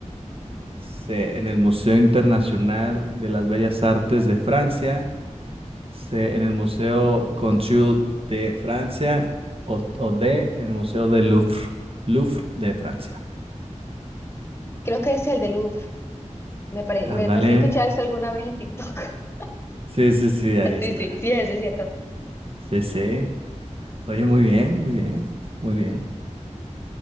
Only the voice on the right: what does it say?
C. En el Museo Internacional de las Bellas Artes de Francia. C. En el Museo Conchul de Francia. O, o D. En el Museo del Louvre. Louvre de Francia.
Ándale.
Sí, sí, sí, ahí está.
Sí, sí. Oye, muy bien, muy bien, muy bien.